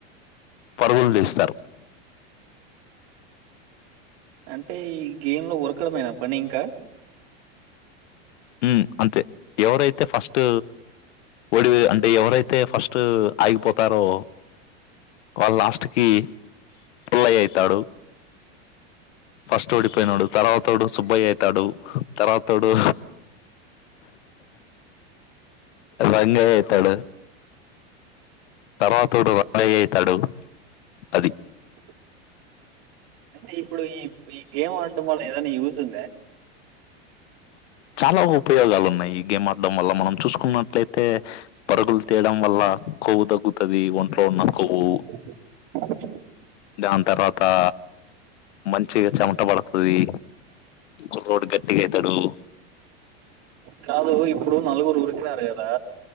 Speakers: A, on the left (about 85°); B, on the right (about 55°).
A: పరుగులు తీస్తారు
B: అంటేయిగి గేమ్ లో ఉరకడమేనా పనింకా
A: ఊ అంతే ఎవరైతే ఫస్ట్ ఓడివి అంటే ఎవరైతే ఫస్ట్ ఆగిపోతారో వాళ్ళు లాస్ట్ కి పుల్లయయ్యితాడు ఫస్ట్ ఓడిపోయినోడు తర్వాతోడు సుబ్బయయితాడు తర్వాతోడూ రంగయయితాడు తర్వాతోడు రంగయయితాడు అది
B: ఆ అంటే ఇప్పుడు ఈ ఈ గేమ్ ఆడం వల్ల ఏదైనా యూజ్ ఉందా
A: చాలా ఉపయోగాలున్నాయ్ ఈ గేమ్ ఆడం వల్ల మనం చూసుకున్నట్లయితే పరుగులు తియ్యడం వల్ల కొవ్వు తగ్గుతది ఒంట్లో ఉన్న కొవ్వు
B: డి
A: దాన్ తర్వాతా మంచిగ చెమట పడతది కుర్రోడు గట్టిగయితడు
B: కాదు ఇప్పుడు నలుగురురికినారు కదా